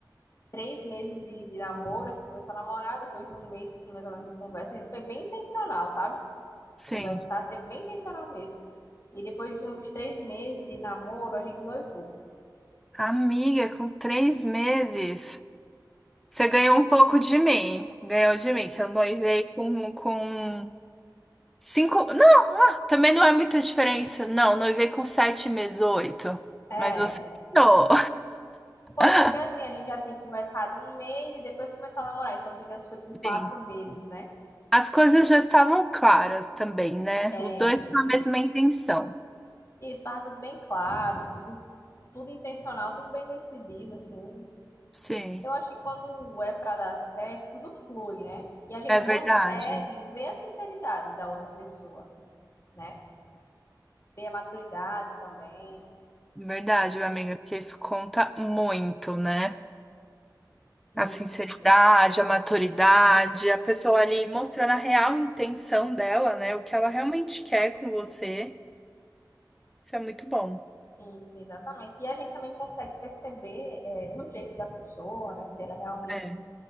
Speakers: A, on the left; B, in the centre.
A: três meses de, de namoro, a gente começou a namorar, depois de um mês, assim, mais ou menos, de conversa, a gente foi bem intencional, sabe?
B: Sim.
A: Conversar, ser bem intencional mesmo. E depois de uns três meses de namoro, a gente noivou.
B: Amiga, com três meses, você ganhou um pouco de mim. Ganhou de mim, que eu noivei com, com cinco. Não, também não é muita diferença. Não, noivei com sete meses, oito.
A: É,
B: Mas você ganhou.
A: foi
B: <laughs>
A: porque assim, a gente já tinha conversado um mês e depois começou a namorar. Então, digamos, foi com quatro
B: Sim.
A: meses, né?
B: As coisas já estavam claras também, né?
A: É,
B: Os dois com a mesma intenção.
A: e estava tudo bem claro, tudo, tudo intencional, tudo bem decidido, assim.
B: Sim,
A: Eu acho que quando é para dar certo, tudo flui, né? E a gente
B: é verdade.
A: consegue ver a sinceridade da outra pessoa. né? Ver a maturidade também.
B: Verdade, amiga, porque isso conta muito, né?
A: Sim,
B: A sinceridade, a maturidade, a pessoa ali mostrando a real intenção dela, né? O que ela realmente quer com você. Isso é muito bom.
A: sim, sim, exatamente. E a gente também consegue perceber é, o jeito da pessoa, né? Se ela realmente
B: É,